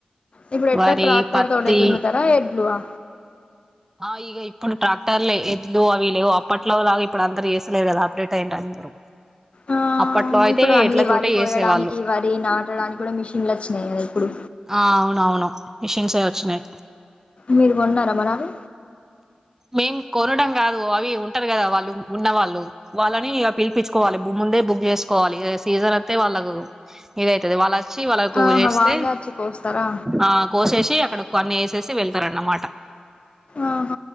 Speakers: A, on the left; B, on the right.
A: ఇప్పుడు ఎట్లా
B: వరి
A: ట్రాక్టర్
B: పత్తి
A: తోటే దున్నతారా ఎడ్లువా
B: ఆ ఇక ఇప్పుడు ట్రాక్టర్లు ఎడ్లు అవి లేవు. అప్పట్లో లాగా ఇప్పుడు అందరు చేస్తలేరు కదా అప్డేట్ అయ్యంరు అందరు
A: ఆ
B: అప్పట్లో అయితే
A: ఇప్పుడు అన్ని
B: ఎడ్ల
A: వరి
B: తోటే
A: కోయడానికి
B: చేసేవాళ్ళు.
A: వరి నాటడానికి కూడా మిషన్లు వచ్చినాయి కదా ఇప్పుడు
B: ఆ అవునవును మిషన్స వచ్చినాయి.
A: మీరు బాగున్నారా మనావి
B: మేం కొనడం కాదు అవి ఉంటరు కదా వాళ్ళు ఉన్నవాళ్ళు వాళ్ళని పిలిపించుకోవాలి. ముందే బుక్ చేసుకోవాలి. సీజన్ ఒతే వాళ్ళకు ఇదైతది వాళ్ళ వచ్చి వాళ్ళకు
A: ఆహా
B: చేస్తే
A: వాళ్ళే వచ్చి కోస్తారా
B: ఆ కోసేసి అక్కడ అన్ని వేసేసి వెళ్తారు అన్నమాట.
A: ఆహ